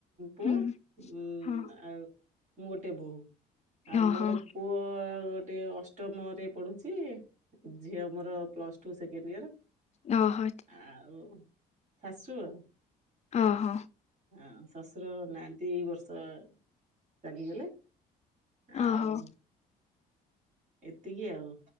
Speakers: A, on the right; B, on the left.
A: ପୁଅ
B: ହୁଁ
A: ଉ
B: ହଁ
A: ଆଉ ମୁଁ ଗୋଟେ ବୋଉ ଆଉ
B: ଓହୋ
A: ମୋର ପୁଅ ଗୋଟେ ଅଷ୍ଟମରେ ପଢୁଛି। ଝିଅ ମୋର ପ୍ଲସ ଟୁ ସେକେଣ୍ଡ ଇୟର।
B: ଅହ
A: ଆଉ ଶାଶୁ ଆଉ
B: ଅହ
A: ହଁ ଶଶୁର ନାହାନ୍ତି ଏଇ ବର୍ଷ ଚାଲିଗଲେ। ଆଉ
B: ଓହୋ
A: ଏତିକି ଆଉ,